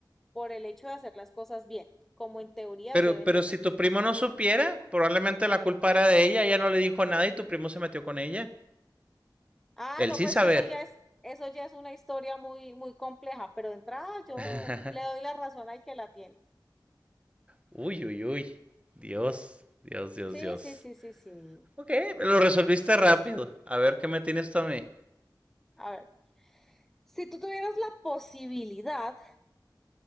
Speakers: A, in the centre; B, on the right.
A: por el hecho de hacer las cosas bien, como en teoría
B: Pero,
A: deben
B: pero
A: de ser.
B: si tu primo no supiera, probablemente la culpa era de ella, ella no le dijo nada y tu primo se metió con ella.
A: Ah,
B: Él
A: no,
B: sin
A: pues
B: saber.
A: que eso ya es, eso ya es una historia muy, muy compleja, pero de entrada yo
B: <laughs>
A: le doy la razón al que la tiene.
B: uy, uy, uy. Dios, Dios, Dios,
A: Sí,
B: Dios.
A: sí, sí, sí, sí.
B: Ok, lo resolviste rápido. A ver qué me tienes tú a mí.
A: A ver, si tú tuvieras la posibilidad